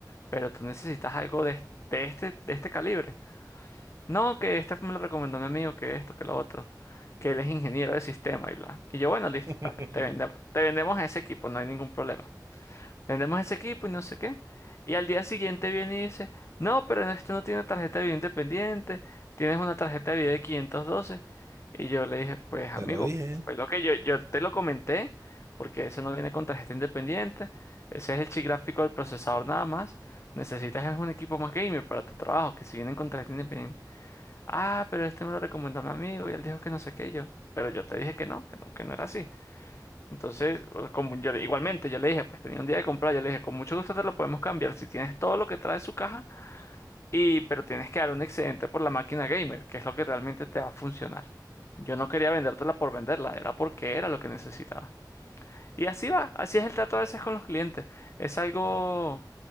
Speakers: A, on the left (about 40°); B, on the right (about 40°).
A: pero tú necesitas algo de, de este, de este calibre. No, que este me lo recomendó mi amigo, que esto, que lo otro. Que él es ingeniero de sistema y bla. Y yo, bueno,
B: <laughs>
A: listo, dale, te vendemos, te vendemos ese equipo, no hay ningún problema vendemos ese equipo y no sé qué. Y al día siguiente viene y dice, no, pero este no tiene tarjeta de video independiente, tienes una tarjeta de video de 512. Y yo le dije, pues amigo,
B: Te lo dije.
A: fue lo que yo, yo te lo comenté, porque ese no viene con tarjeta independiente, ese es el chip gráfico del procesador nada más, necesitas es un equipo más gamer para tu trabajo, que si vienen con tarjeta independiente. Ah, pero este me lo recomendó mi amigo y él dijo que no sé qué y yo, pero yo te dije que no, que no, que no era así. Entonces, como yo, igualmente, yo le dije, pues tenía un día de comprar, yo le dije, con mucho gusto te lo podemos cambiar si tienes todo lo que trae su caja, y, pero tienes que dar un excedente por la máquina gamer, que es lo que realmente te va a funcionar. Yo no quería vendértela por venderla, era porque era lo que necesitaba. Y así va, así es el trato a veces con los clientes. Es algo